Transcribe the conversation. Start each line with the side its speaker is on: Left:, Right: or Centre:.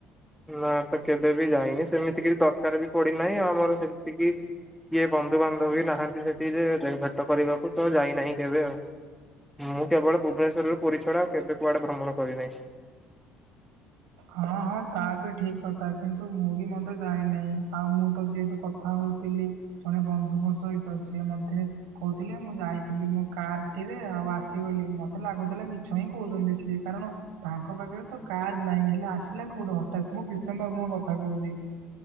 Centre: ନା ତ କେବେ ବି ଯାଇନି ସେମିତି କିଛି ଦରକାର ବି ପଡିନାହିଁ ଆମର ସେ କିଏ ବନ୍ଧୁବାନ୍ଧବୀ ନାହାନ୍ତି ସେଠି ଯେ ଭଟ କରିବାକୁ ତ ଯାଇନାହିଁ କେବେ ଆଉ ମୁଁ କେବଳ ଭୁବନେଶ୍ରରୁୁ ପୁରୀ ଛଡା କେବେ କୁଆଡେ ଭ୍ରମଣ କରିନାହିଁ
Right: ହଁ ହଁ ତା ବି ଠିକ କଥା କିନ୍ତୁ ମୁଁ ବି ମଧ୍ୟ ଯାଇନାହିଁ ଆଉ ମୁଁ ତ ଯେହେତୁ କଥା ହଉଛି ଥିଲ ଜଣେ ବନ୍ଧୁଙ୍କ ସହିତ ସିଏ ମଧ୍ୟ କହୁଥିଲେ ମୁଁ ଯାଇଥିଲି ମୋ କାର ଟିରେ ଆଉ ଆସିଗଲି ମତେ ଲାଗୁଥିଲା ମିଛ ହିଁ କହୁଛନ୍ତି ସିଏ କାରଣ ତାଙ୍କ ପାଖରେ ତ କାର ନାଇଁ ହେଲେ ଆସିଲା କୋଉଠୁ ହଠାାତ ମୁଁ ପ୍ରୀତମ ବାବୁ ଙ୍କ କଥା କହୁଛି।